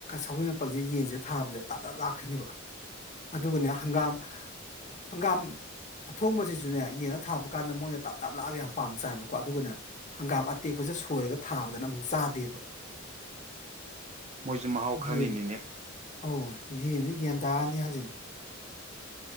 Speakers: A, on the left; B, on the right.
A: ꯁꯒꯜ ꯃꯄꯜꯁꯦ ꯌꯦꯟꯁꯦ ꯊꯥꯕꯁꯗ ꯇꯥꯞ ꯇꯥꯞ ꯂꯥꯛꯈ꯭ꯣꯏꯅꯦꯕ ꯑꯗꯨꯒꯅꯦ ꯍꯪꯒꯥꯝ ꯍꯪꯒꯥꯝ ꯑꯊꯣꯡꯕꯁꯤꯁꯨꯅꯦ ꯌꯦꯟꯟꯅ ꯊꯥꯕ ꯀꯥꯟꯗ ꯃꯣꯏꯅ ꯇꯥꯞ ꯇꯥꯞ ꯂꯥꯛꯑꯒ ꯌꯥꯝ ꯄꯥꯝ ꯆꯥꯏꯕꯀꯣ ꯑꯗꯨꯒꯅꯦ ꯍꯪꯒꯥꯝ ꯑꯇꯦꯛꯄ ꯁꯤꯗ ꯁꯣꯏꯔꯒ ꯊꯥꯕꯗꯅ ꯑꯃꯨꯛ ꯆꯥꯗꯦꯕ
B: ꯃꯣꯏꯁꯨ ꯃꯍꯥꯎ
A: ꯌꯦꯟ
B: ꯈꯪꯉꯤꯅꯤꯅꯦ
A: ꯑꯧ ꯌꯦꯟꯗꯨ ꯌꯦꯟꯗꯥꯅꯤ ꯍꯥꯏꯖꯤꯅꯤ